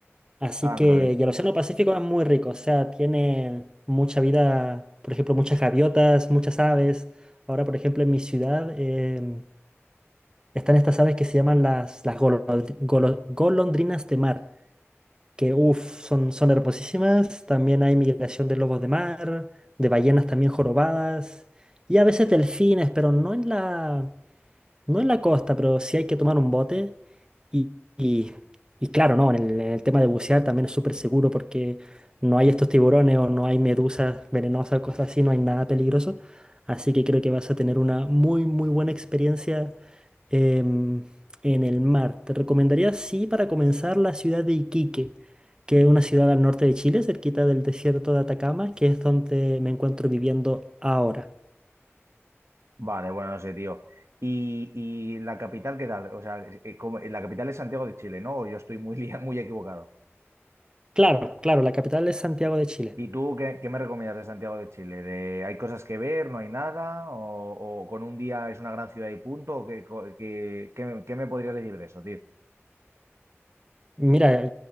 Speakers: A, on the right; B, on the right.
A: Así
B: Ah,
A: que,
B: no sabía.
A: y el Océano Pacífico es muy rico, o sea, tiene mucha vida, por ejemplo, muchas gaviotas, muchas aves. Ahora, por ejemplo, en mi ciudad em, están estas aves que se llaman las, las golondri- golo- golondrinas de mar que uff, son, son hermosísimas. También hay migración de lobos de mar, de ballenas también jorobadas y a veces delfines, pero no en la, no en la costa, pero sí hay que tomar un bote. Y, y- y claro, ¿no? En el, en el tema de bucear también es súper seguro porque no hay estos tiburones o no hay medusas venenosas, cosas así, no hay nada peligroso. Así que creo que vas a tener una muy, muy buena experiencia em, en el mar. Te recomendaría, sí, para comenzar, la ciudad de Iquique, que es una ciudad al norte de Chile, cerquita del desierto de Atacama, que es donde me encuentro viviendo ahora.
B: Vale, bueno, no sé, tío. ¿Y, y la capital qué tal? O sea, eh, como- la capital es Santiago de Chile, ¿no? ¿O yo estoy muy, <laughs> lia- muy equivocado?
A: Claro, claro, la capital es Santiago de Chile.
B: ¿Y tú qué, qué me recomiendas de Santiago de Chile? ¿De, hay cosas que ver, no hay nada? ¿O, o con un día es una gran ciudad y punto? ¿O qué, co- qué- qué- qué me podrías decir de eso, tío?
A: Mira,